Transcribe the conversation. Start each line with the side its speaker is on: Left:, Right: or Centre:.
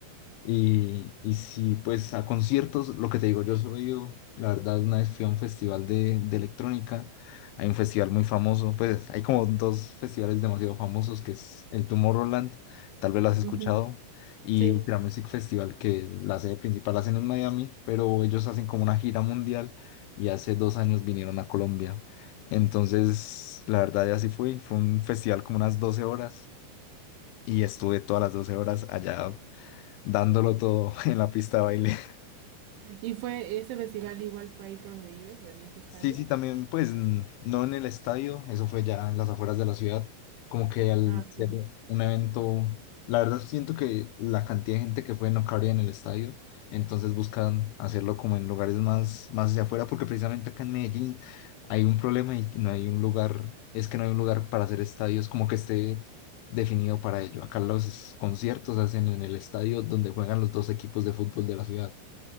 Left: Y, y sí, pues a conciertos, lo que te digo, yo soy, yo, la verdad, una vez fui a un festival de, de electrónica, hay un festival muy famoso, pues hay como dos festivales demasiado famosos, que es el Tomorrowland, tal vez lo has escuchado,
Right: Ujú.
Left: y
Right: Sí.
Left: Ultra Music Festival, que la sede principal la hacen en Miami, pero ellos hacen como una gira mundial y hace dos años vinieron a Colombia. Entonces, la verdad, ya así fui, fue un festival como unas 12 horas y estuve todas las 12 horas allá dándolo todo <laughs> en la pista de baile.
Right: ¿Y fue ese festival igual fue ahí por donde vives, en ese estadio?
Left: Sí, sí, también, pues n- no en el estadio, eso fue ya en las afueras de la ciudad, como que al
Right: Ah, ok,
Left: ser un evento, la verdad siento que la cantidad de gente que fue no cabría en el estadio, entonces buscan hacerlo como en lugares más, más hacia afuera, porque precisamente acá en Medellín hay un problema y no hay un lugar, es que no hay un lugar para hacer estadios como que esté definido para ello. Acá los conciertos se hacen en el estadio donde juegan los dos equipos de fútbol de la ciudad.